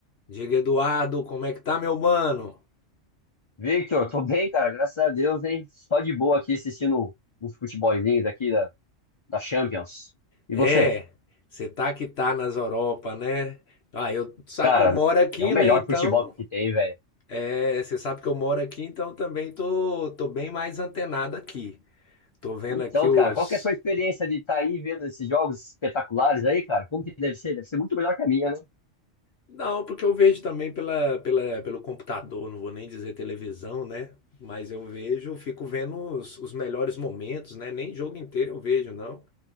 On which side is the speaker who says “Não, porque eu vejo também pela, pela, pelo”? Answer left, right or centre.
Left